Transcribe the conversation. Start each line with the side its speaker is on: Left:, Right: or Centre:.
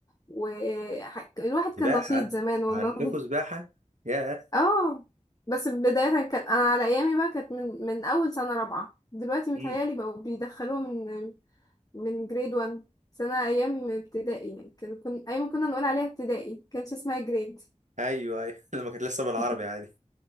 Left: والواحد كان
Right: سباحه
Left: نشيط زمان والله
Right: عندكم سباحه
Left: <laughs>
Right: ياه
Left: اه بس بدايه كان انا على ايامي بقى كانت من من اول سنه رابعه دلوقتي متهيالي
Right: امم
Left: بقوا بيدخلوها من من جريد 1 سنه ايام ابتدائي يعني كان كنا ايام كنا نقول عليها ابتدائي كانش اسمها جريد
Right: ايوه ايوه <laughs> لما كانت لسه بالعربي
Left: <laughs>
Right: عادي